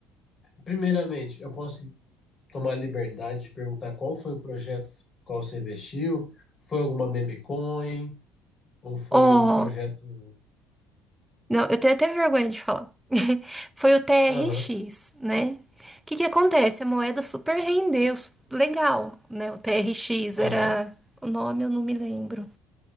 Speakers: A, on the left; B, in the centre.
A: Primeiramente, eu posso tomar a liberdade de perguntar qual foi o projeto no qual você investiu, foi alguma meme coin, ou foi
B: Ó,
A: um projeto.
B: Não, eu tenho até vergonha de falar. <laughs> Foi o TRX,
A: Aham,
B: né? O que que acontece? A moeda super rendeu, su- legal, né? O TRX
A: aham.
B: era o nome, eu não me lembro.